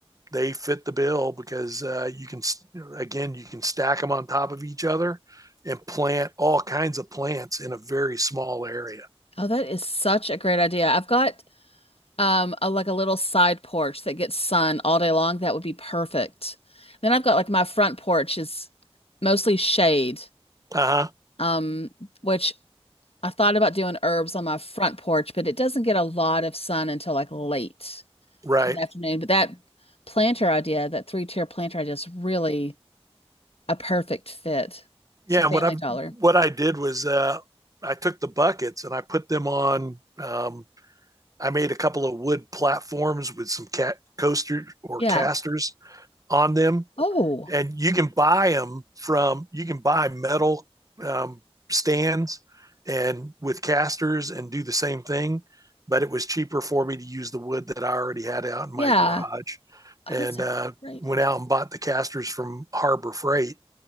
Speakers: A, on the right (about 35°); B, on the left (about 70°).
A: they fit the bill because uh, you can again you can stack them on top of each other and plant all kinds of plants in a very small area.
B: Oh, that is such a great idea. I've got um a, like a little side porch that gets sun all day long that would be perfect then i've got like my front porch is mostly shade
A: Uh huh.
B: um which i thought about doing herbs on my front porch but it doesn't get a lot of sun until like late
A: Right.
B: in the afternoon but that planter idea that three-tier planter idea is really a perfect fit
A: Yeah.
B: it's a family
A: And what I
B: dollar
A: what I did was uh, I took the buckets and I put them on. Um, I made a couple of wood platforms with some cat coasters or
B: yeah
A: casters on them
B: oh
A: and you can buy them from you can buy metal um, stands and with casters and do the same thing but it was cheaper for me to use the wood that i already had out in my
B: yeah
A: garage
B: oh,
A: and
B: that's a
A: uh,
B: great
A: went
B: idea
A: out and bought the casters from harbor freight